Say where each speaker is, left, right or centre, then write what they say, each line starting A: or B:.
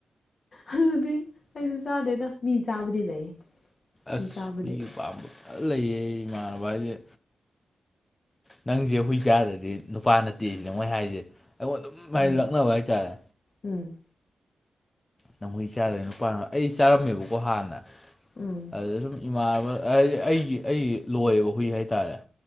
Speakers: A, on the left; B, on the left.
A: ꯑꯗꯨꯗꯤ ꯑꯩꯁꯨ ꯆꯥꯗꯦꯗ ꯃꯤ ꯆꯥꯕꯗꯤ ꯂꯩꯌꯦ ꯃꯤ
B: ꯑꯁ
A: ꯆꯥꯕꯗꯤ
B: ꯍꯨꯏꯒꯤ ꯄꯥꯝꯕ ꯈꯔ ꯂꯩꯌꯦ ꯏꯃꯥꯟꯅꯕ ꯍꯥꯏꯁꯦ ꯅꯪꯁꯦ ꯍꯨꯏ ꯆꯥꯗ꯭ꯔꯗꯤ ꯅꯨꯄꯥ ꯅꯠꯇꯦ ꯁꯤꯅ ꯃꯣꯏ ꯍꯥꯏꯁꯦ ꯑꯩꯉꯣꯟꯗ ꯑꯗꯨꯝ ꯍꯥꯏꯗꯤ
A: ꯎꯝ
B: ꯂꯛꯅꯕ ꯍꯥꯏꯇꯥꯔꯦ
A: ꯎꯝ
B: ꯅꯈꯣꯏꯒꯤ ꯆꯥꯗꯣꯏ ꯅꯨꯄꯥꯅ ꯑꯩ ꯆꯥꯔꯝꯃꯦꯕꯀꯣ ꯍꯥꯟꯅ
A: ꯎꯝ
B: ꯑꯗꯨꯗ ꯁꯨꯝ ꯏꯃꯥꯟꯅꯕ ꯍꯥꯏꯗꯤ ꯑꯩꯒꯤ ꯑꯩꯒꯤ ꯂꯣꯏꯌꯦꯕ ꯍꯨꯏ ꯍꯥꯏꯇꯥꯔꯦ